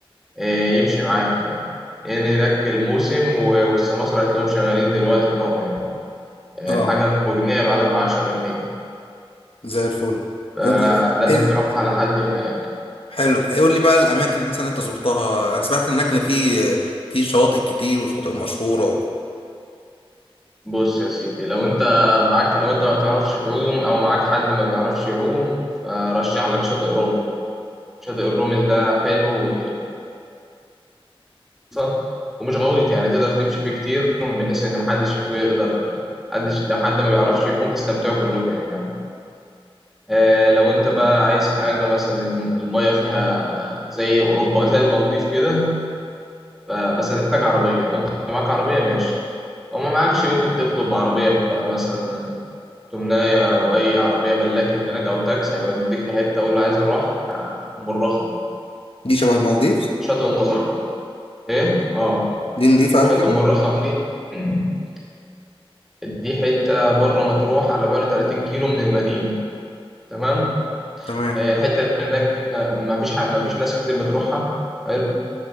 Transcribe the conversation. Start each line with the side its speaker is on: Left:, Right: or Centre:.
Centre: آه، يمشي معاك يعني لان هناك الموسم و- والسماسرة هتلاقيهم شغالين دلوقتي نار يعني آه،
Left: اه
Centre: الحاجة مجنيه بعلك بعشرة جنيه
Left: زي الفل
Centre: فلازم
Left: طب انت ايه
Centre: تروح على حد هناك
Left: حلو قول لي بقى الاماكن اللي مثلا انت زرتها انا سمعت هناك ان في في شواطئ كتير وشواطئ مشهورة و...
Centre: بص يا سيدي لو انت معاك لو انت ما بتعرفش تعوم او معاك حد ما بيعرفش يعوم فرشح لك شاطئ رومل شاطئ رومل ده حلو خفيفة ومش غويط يعني تقدر تمشي فيه كتير بحيث ان محدش فيكم يقدر حدش لو حد ما بيعرفش يعوم تستمتعوا كلكم يعني آه لو انت بقى عايز حاجة مثلا الم- المية فيها زي اوروبا زي المالديف كده ف- بس هتحتاج عربية لو انت معاك عربية ماشي لو ما معكش ممكن تطلب عربية بقى مثلا تمناية أو أي عربية ملاكي هناك أو تاكسي هيوديك لحتة أقول له عايز أروح آه، أم الرخم
Left: دي شبه المالديف
Centre: شاطئ أم الرخم إيه؟ آه
Left: دي نضيفة
Centre: شاطئ
Left: أوي كده
Centre: أم الرخم دي <clears throat> دي حتة بره مطروح على بعد 30 كيلو من المدينة تمام
Left: تمام
Centre: آه، الحتة اللي هناك دي ما ما فيش ح- ما فيش ناس كتير بتروحها حلو